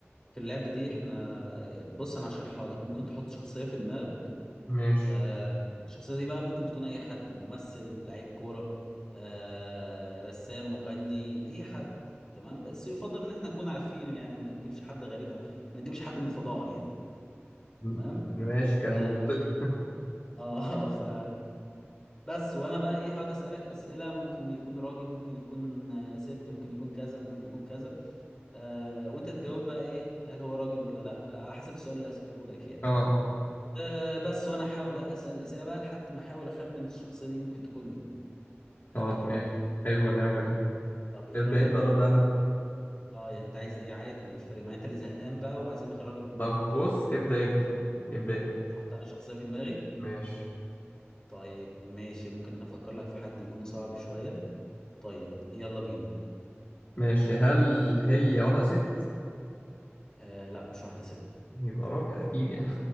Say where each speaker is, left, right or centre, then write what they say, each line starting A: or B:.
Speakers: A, on the left; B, on the left.
A: في اللعبه دي احنا بص انا هشرحها لك ممكن تحط شخصيه في دماغك
B: ماشي
A: آه، الشخصيه دي بقى ممكن تكون اي حد ممثل لعيب كوره آه، رسام مغني اي حد تمام بس يفضل ان احنا نكون عارفينه يعني ما تجيبش حد غريب او ما تجيبش حد من الفضاء يعني
B: م-
A: تمام
B: ماشي كلام
A: اه
B: منطقي
A: <laughs> آه، ف بس وانا بقى ايه هقعد اسالك اسئله ممكن يكون راجل ممكن يكون آه، ست ممكن يكون كذا ممكن يكون كذا آه وانت تجاوب بقى ايه هل هو راجل ولا لا آه على حسب السؤال اللي هسأله لك يعني
B: اه
A: آه بس وانا احاول اسأل الاسئله بقى لحد ما احاول اخمن الشخصيه دي ممكن تكون مين
B: طب
A: ايه
B: ماشي
A: رأيك
B: حلوة اللعبة دي
A: طب ايه
B: ابدأ
A: رأيك
B: أنت ولا
A: يعني
B: أبدأ أنا؟
A: اه يعني انت عايز ايه عادي انا مش فارق معايا انت اللي زهقان بقى وعايزين نخرجك من
B: طب
A: المود ده
B: بص ابدأ أنت ابدأ أنت
A: احط انا شخصيه في دماغي
B: ماشي
A: طيب ماشي ممكن افكر لك في حد يكون صعب شويه طيب يلا بينا
B: ماشي هل هي واحدة ست؟
A: آه لا مش واحده ست
B: يبقى راجل أكيد يعني